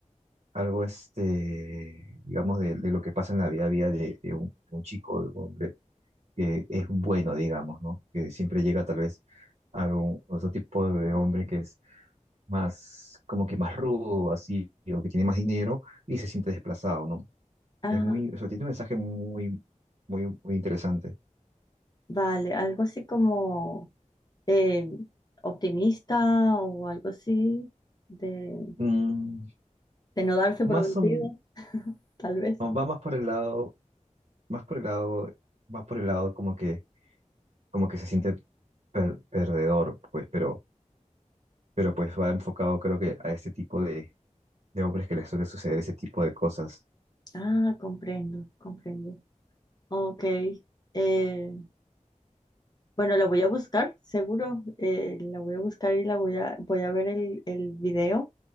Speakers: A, on the right; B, on the left.
A: algo este, digamos, de, de lo que pasa en la vida, vida de, de un, de un chico, de un hombre que es bueno, digamos, ¿no? Que siempre llega tal vez a algún otro tipo de hombre que es más, como que más rudo, así, o que tiene más dinero y se siente desplazado, ¿no?
B: Ah,
A: Es muy, o sea, tiene un mensaje muy, muy, muy interesante.
B: vale, algo así como... eh, optimista o algo así, de,
A: Mm,
B: de no darse
A: más
B: por vencido,
A: o-
B: <laughs> tal vez.
A: no, va más por el lado más por el lado, va por el lado como que, como que se siente per- perdedor, pues, pero, pero pues va enfocado creo que a este tipo de, de hombres que les suele suceder ese tipo de cosas.
B: Ah, comprendo, comprendo. Ok. eh, bueno, la voy a buscar, seguro. eh, la voy a buscar y la voy a, voy a ver el, el video